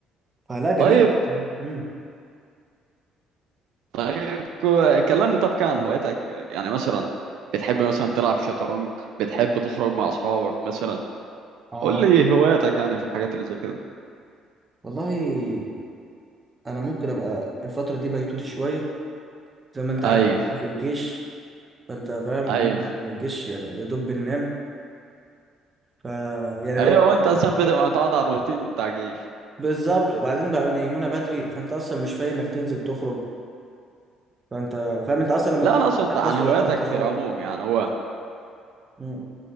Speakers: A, on the right (about 20°); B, on the right (about 75°).
A: فلا جميل
B: طيب
A: امم
B: طيب كو- كلمني طب عن هواياتك يعني مثلا بتحب مثلا تلعب شطرنج بتحب تخرج مع اصحابك مثلا
A: اه
B: قول لي هواياتك يعني في الحاجات اللي زي كده
A: والله انا ممكن ابقى الفتره دي بيتوتي شويه زي ما انت عارف
B: ايوه
A: احنا في الجيش فانت فاهم
B: ايوه
A: بنرجع من الجيش يعني يا دوب بننام ف يعني
B: ايوه
A: لو
B: وانت اصلا بتبقى متعود على الروتين بتاع الجيش
A: بالظبط وبعدين بقى ينيمونا بدري فانت اصلا مش فايق انك تنزل تخرج فانت فاهم انت اصلا لما
B: لا
A: بتقعد
B: انا اقصد
A: الساعه 11
B: عن هواياتك
A: يعتبر سهران
B: في العموم يعني هو
A: مم.